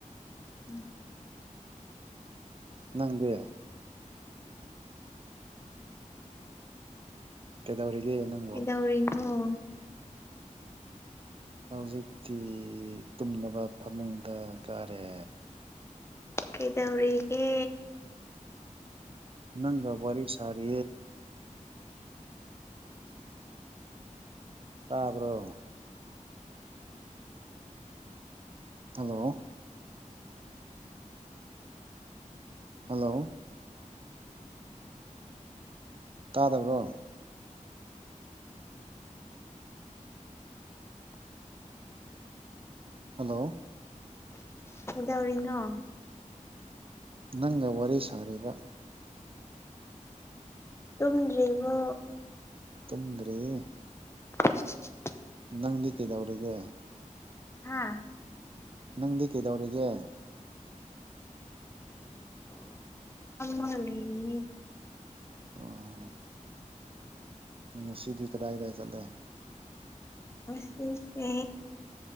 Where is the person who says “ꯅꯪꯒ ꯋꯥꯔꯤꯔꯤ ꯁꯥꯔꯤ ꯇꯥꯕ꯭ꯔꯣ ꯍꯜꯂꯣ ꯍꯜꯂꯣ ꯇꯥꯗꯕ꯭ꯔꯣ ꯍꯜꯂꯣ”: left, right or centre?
Right